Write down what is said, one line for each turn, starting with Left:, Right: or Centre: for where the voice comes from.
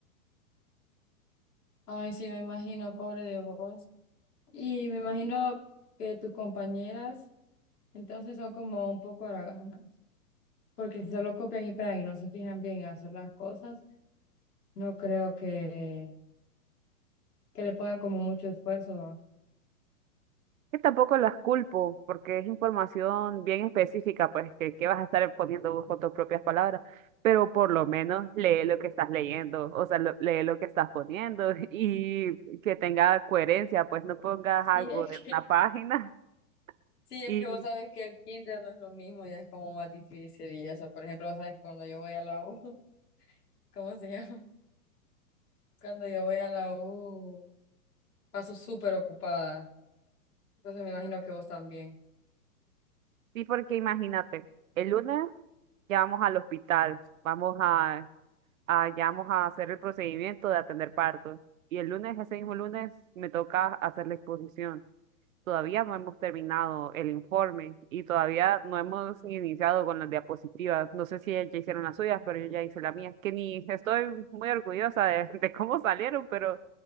Left: Ay, sí, me imagino, pobre de vos. Y me imagino que tus compañeras entonces son como un poco haraganas, porque si solo copian y pegan y no se fijan bien en hacer las cosas, no creo que, que le pongan como mucho esfuerzo, ¿va?
Right: Que tampoco las culpo, porque es información bien específica, pues que, que vas a estar poniendo vos con tus propias palabras, pero por lo menos lee lo que estás leyendo, o sea, lo- lee lo que estás poniendo <laughs> y que tenga coherencia, pues no pongas algo
Left: Sí, es
Right: de una página.
Left: Sí,
Right: <laughs>
Left: es
Right: y
Left: que vos sabes que el kinder no es lo mismo, ya es como más difícil y eso. Por ejemplo, vos sabes cuando yo voy a la U, <laughs> ¿cómo se llama? Cuando yo voy a la U, paso súper ocupada. Entonces me imagino que vos también.
Right: Sí, porque imagínate, el lunes ya vamos al hospital, vamos a, a- ya vamos a hacer el procedimiento de atender partos. Y el lunes, ese mismo lunes, me toca hacer la exposición. Todavía no hemos terminado el informe y todavía no hemos iniciado con las diapositivas. No sé si ya hicieron las suyas, pero yo ya hice la mía, que ni estoy muy orgullosa de, <laughs> de cómo salieron, pero